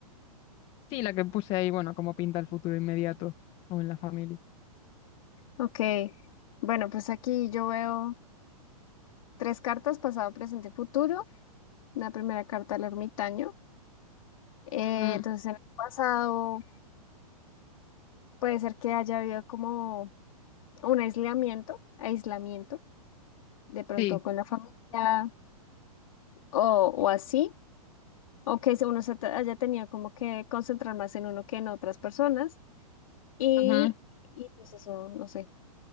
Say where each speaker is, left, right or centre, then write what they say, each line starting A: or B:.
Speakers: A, on the left (about 30°); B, on the left (about 60°).
A: sí, la que puse ahí, bueno, como pinta el futuro inmediato o en la familia.
B: Ok, bueno, pues aquí yo veo tres cartas, pasado, presente y futuro. La primera carta, el ermitaño. Eh,
A: Ujú,
B: entonces, en el pasado puede ser que haya habido como un aislamiento, aislamiento, de pronto
A: Sí,
B: con la familia o, o así. o que se- uno se te- allá tenía como que concentrar más en uno que en otras personas y,
A: ujú.
B: y pues eso, no sé,